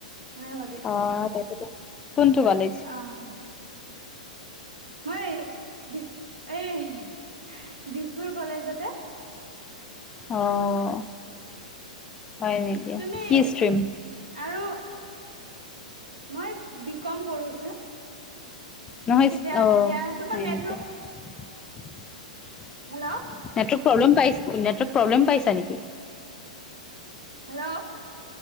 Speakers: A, on the right; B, on the left.
A: সেনেকে
B: অ' তাকেটো। কোনটো কলেজ?
A: আহ, মই দিছ এই দিছপুৰ কলেজতে।
B: অ' হয় নেকি,
A: তুমি
B: কি ষ্ট্ৰ্ৰীম?
A: আৰু মই বি কম কৰোছোঁ। দিয়া
B: নহয় অ
A: দিয়া, তোমাৰ
B: হয়
A: নেটৱৰ্ক
B: নেকি <inaudible>
A: হেল্ল'।
B: নেটৱৰ্ক প্ৰব্লেম পাই, নেটৱৰ্ক প্ৰব্লেম পাইছা নেকি?
A: হেল্ল'।